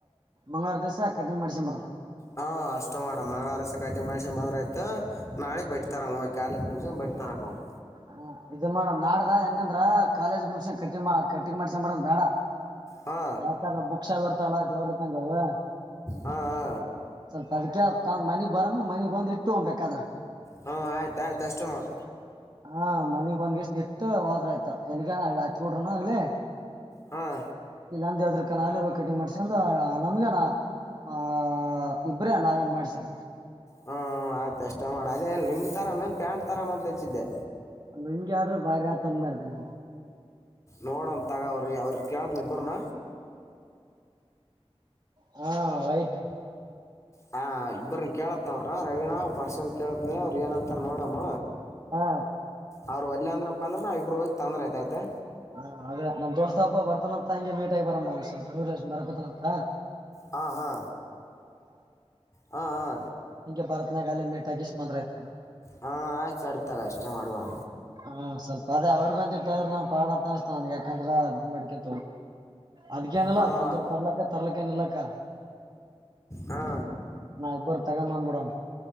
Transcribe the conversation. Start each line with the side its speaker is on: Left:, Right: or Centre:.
Right: ಮಂಗಳವಾರ ದಿವ್ಸ ಕಿಂಟಿಗ್ ಮಾಡಸಮ ಬ್ರೋ
Left: ಹ ಅಷ್ಟು ಮಾಡಮ ಮಂಗಳವಾರಸತೆ ಕಟಿಂಗ ಮಾಡಿಸಿ ಮದ್ ಆಯತು ನಾಳೆಗೆ ಬಟ್ಟತಾರ ಕಾಲೇಜ್ ಮುಗಸ ಬಟ್ಟ ತರಕ ಹೋಗಂ
Right: ಹ ಇದು ಮಾಡಡಮ್ ನಾಡ್ದ ಹೆಂಗಂದ್ರ ಕಾಲೇಜ ಮುಗಸ ಕಟ್ಟಿ ಕಟ್ಟಿ ಮಾಡ್ಸಕೊಂಬರ ಬೇಡ
Left: ಹಾ
Right: ಯಾಕಂದ್ರೆ ಬುಕ್ಸ್ ಎಲ್ಲ ಇರ್ತವಲ್ಲ ದೇವ್ರ್ ಇದ್ದಂಗೆ ಅವು
Left: ಹಾ ಹಾ
Right: ಸ್ವಲ್ಪ ಅದಕ ಮನಗ್ ಬರಾಮ ಮನಗ್ ಬಂದ್ ಇಟ್ಟು ಹೋಗ್ಬೇಕಾದ್ರ
Left: ಹ್ಮ ಆಯ್ತ ಆಯ್ತು ಅಷ್ಟು ಮಾಡ
Right: ಹಾ ಮನಿಗ್ ಬಂದ್ಗೆಷ್ಟ ನಿಟ್ಟು ಹತ್ರ ಆಯ್ತ ಎಲ್ಲಿಗ ಹತ್ ಕೊಡ್ರನ ಆಗ್ಲಿ
Left: ಹಾಂ
Right: ಇಲ್ಲಾಂದ ಯದ್ರ ಕನಾಲ ಇ ಕಟಿಂಗ ಮಾಡಸ ಅಂದ ನಮ್ಗನ ಆಹ ಇಬ್ರೇ ನಾವೇಏನ್ ಮಾಡ್ಸರ
Left: ಹ್ಮ್ ಆಯ್ತು ಅಷ್ಟ ಮಾಡ ಅದೇ ಏನ್ ಲುಂಗಿ ತರಾಮ ಏನ್ ಪ್ಯಾಂಟ್ ತರಾಮ ಅಂತ ಹಚ್ಚಿದ್ದೆ
Right: ಲುಂಗಿ ಆದ್ರೆ ಬಾರಿ ರತ ಅ ಮಾಡಿದ್ದೆ ನಾನು
Left: ನೋಡೋಂ ತಗಾವ್ರಿ ಅವ್ರ ಕೇಳ್ತ ಇಬ್ಬರನ್ನ
Right: ಹಾ ವೈಟ್
Left: ಹಾಂ ಇಬ್ಬ್ರನ್ನ ಕೇಳತ್ನ ಅವ್ರ ರವೀನಾ ಪರ್ಸನ್ ಕೇಳತನ ಅವ್ರು ಏನಂತಾರೆ ನೋಡಮ್ಮ
Right: ಹಾ
Left: ಅವ್ರರು ಅಲ್ಲ ಅಂದ್ರಪ್ಪ ಅಂದ್ರ ನಾವ ಇಬ್ಬ ಹೋಗ ತಂದ್ರ ಆಯತೈತೆ
Right: ಹಾ ಅದ ನಮ್ ದೋಸ್ತ ಹಬ್ಬ ಬರ್ತಾನನಂತ ಹಂಗೆ ಮೀಟ ಆಗ ಬರ ಮನ್ಸ ನೂ ಲ ಬರ್ಕೊತನಂತ
Left: ಹ ಹಾ ಹ ಹಾ
Right: ಹಂಗೆ ಬರತ್ನಾಗಾಲ ಮೀಟ್ ಹಾದ್ರ ಆಯತವ
Left: ಹಾ ಆಯ್ತು ಅರ್ತಗ ಅಷ್ಟೇ ಮಾಡ್ವಾರ
Right: ಹಾ ಸ್ವಲ್ಪದೇ ಅವ್ರಿಗ ಅಂತ ಇಟ್ಟದ್ರ ನಾ ಪಾಡದ್ ನ ಅಸಸ್ತ ನನ್ಗ್ ಯಾಕಂದ್ರ ಅ ಮಡಿಕ ಅದ್ಕೇನಲ್ಲ
Left: ಹಾಂ
Right: ತಂದ್ರ ತರ್ಲಕ್ಕ ತರ್ಲಕ್ಕ ಏನ್ ಇರ್ಲಕ್ಕ
Left: ಹಾ
Right: ನಾ ಇಬ್ಬರು ತಗಮಂದ್ ಬಿಡ